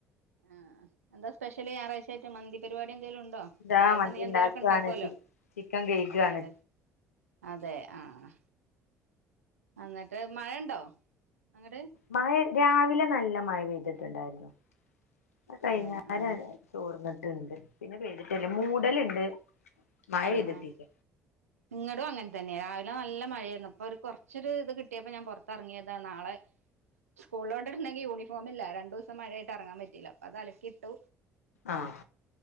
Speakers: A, on the right; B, on the left.
A: ആഹ് എന്താ സ്പെഷ്യല് ഞായറാഴ്ച ആയിട്ട് മന്തി പരിപാടി എന്തേലും ഉണ്ടോ
B: ഇതാ
A: ഞായറാഴ്ച
B: മന്തി
A: നീ എന്തേലുമൊക്കെ
B: ഉണ്ടാക്കാണ്
A: ഉണ്ടാക്കുവല്ലോ
B: ചി ചിക്കൻ കഴുകാണ്
A: അതെ അതെ ആഹ് അന്നിട്ട് മഴ ഉണ്ടോ അങ്ങട്ട്
B: മഴ രാവിലെ നല്ല മഴ പെയ്തിട്ടുണ്ടായിരുന്നു ഇപ്പൊ കഴിഞ്ഞു
A: അതെ ആഹ്
B: രാ ചോർന്നിട്ടുണ്ട് പിന്നെ പെയ്തിട്ടല്ല മൂടലുണ്ട്
A: ഏഹ്
B: മഴ പെയ്തിട്ടില്ല
A: ആഹ് ഇങ്ങടും അങ്ങനെ തന്നെയാ രാവിലെ നല്ല മഴയായിരുന്നു അപ്പൊ ഒരു കുറച്ചൊരു ഇത് കിട്ടിയപ്പോ ഞാൻ പുറത്തിറങ്ങിയതാണ് നാളെ സ്കൂളിലോട്ട് ഇടണെങ്കി യൂണഫോംമില്ല രണ്ടു ദിവസം മഴ ആയിട്ട് ഇറങ്ങാൻ പറ്റയില്ല അപ്പോത് അലക്കിയിട്ടു
B: ആഹ്